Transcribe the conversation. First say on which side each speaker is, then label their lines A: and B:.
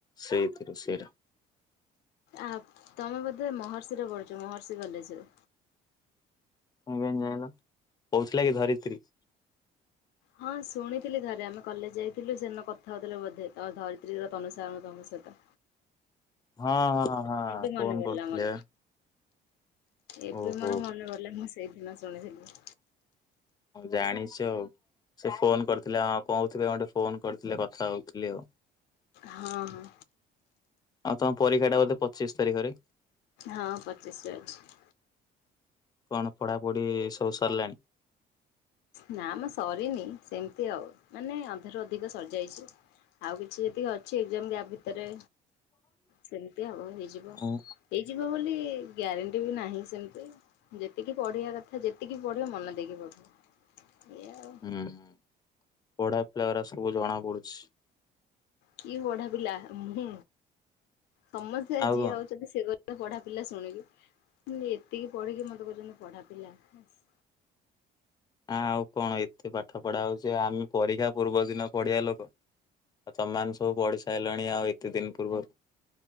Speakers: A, on the left (about 25°); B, on the left (about 85°).
A: ସେଇ- ସେଇଟା।
B: ଆ ତମେ ବୋଧେ ମହର୍ଷି ରେ ପଢୁଛ, ମହର୍ଷି କଲେଜ ରେ?
A: ତମେ କେମିତି ଜାଣିଲ? କହୁଥିଲା କି ଧରିତ୍ରୀ?
B: ହଁ ଶୁଣିଥିଲି ଥରେ, ଆମେ କଲେଜ୍ ଯାଇଥିଲୁ, ସେ ଦିନ କଥା ହୋଉଥିଲେ ବୋଧେ, ଅ ଧରିତ୍ରୀର ତନୁସାର୍ ତମ ସହିତ।
A: ହଁ ହଁ ହଁ,
B: ଏବେ
A: ଫୋନ୍
B: ମନେ ପଡିଲା
A: କରୁଥିଲେ
B: ମୋର
A: ବା।
B: ଏବେ
A: ଓହୋ
B: ମୋର ମନେ ପଡିଲା, ମୁଁ ସେଇଦିନ ଶୁଣିଥିଲି।
A: ଜାଣିଛ ଆଉ। ସେ ଫୋନ୍ କରିଥିଲେ ଆ କୋଉଥିରେ ଗୋଟେ ଫୋନ୍ କରିଥିଲେ। କଥା ହଉଥିଲି ଆଉ।
B: ହଁ ହଁ।
A: ଆଉ ତମ ପରୀକ୍ଷା ଟା ବୋଧେ ପଚିସି ତାରିଖରେ?
B: ହଁ ପଚିସିରେ ଅଛି।
A: କଣ ପଢାପଢି ସବୁ ସରିଲାଣି?
B: ନା ମ ସରିନି ସେମିତି ଆଉ। ମାନେ ଅଧାରୁ ଅଧିକ ସରିଯାଇଛି। ଆଉ କିଛି ଯେତିକି ଅଛି ଏଗଜମ୍ ୟା ଭିତରେ ସେମିତି ଆଉ ହେଇଯିବ।
A: ହୁଁ
B: ହେଇଯିବ ବୋଲି ଗ୍ୟାରେଣ୍ଟି ବି ନାହିଁ ସେମିତି। ଯେତିକି ପଢିବା କଥା ଯେତିକି ପଢିବ ମନେ ଦେଇକି ପଢିବ ଏଇଆ ଆଉ।
A: ହୁଁ ହଁ ପଢା ପିଲା ରା ସବୁ ଜଣା ପଡୁଚି।
B: କିଏ ପଢା ପିଲା ମୁଁ ସମସ୍ତେ
A: ଆଉ
B: ଯିଏ
A: କଣ?
B: ହଉଚନ୍ତି ସେ ପଢା ପିଲା ଶୁଣିଲୁ ମୁଁ ଏତିକି ପଢିକି ମତେ କହୁଚନ୍ତି ପଢା ପିଲା ହେସ୍।
A: ଆଁ ଆଉ କଣ ଏତେ ପାଠ ପଢା ହଉଚି ଆମେ ପରୀକ୍ଷା ପୂର୍ବ ଦିନ ପଢିଆ ଲୋକ। ଆଉ ତମମାନେ ସବୁ ପଢି ସାରିଲଣି ଆଉ ଏତେ ଦିନ ପୂର୍ବରୁ